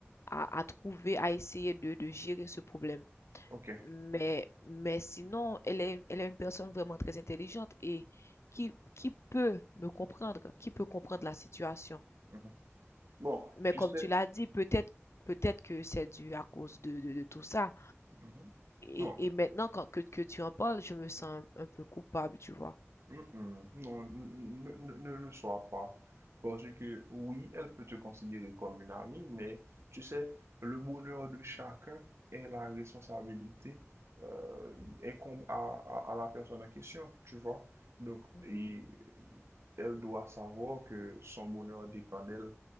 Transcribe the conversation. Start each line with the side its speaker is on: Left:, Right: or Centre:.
Left: à, à, trouver, à essayer de, de gérer ce problème.
Right: OK.
Left: Mais, mais sinon, elle est, elle est une personne vraiment très intelligente et qui, qui peut me comprendre, qui peut comprendre la situation.
Right: Mhm. Bon,
Left: Mais
Right: tu
Left: comme
Right: sais,
Left: tu l'as dit, peut-être peut-être que c'est dû à cause de, de, de tout ça.
Right: mhm.
Left: Et,
Right: non,
Left: et maintenant quand, que, que tu en parles, je me sens un, un peu coupable, tu vois.
Right: Mm-mm. Non, n- n- ne, ne le sois pas. Parce que oui, elle peut te considérer comme une amie, mais tu sais, le bonheur de chacun et la responsabilité euh, incombe à, à- à la personne en question, tu vois. Donc,
Left: Mhm,
Right: et Elle doit savoir que son bonheur dépend d'elle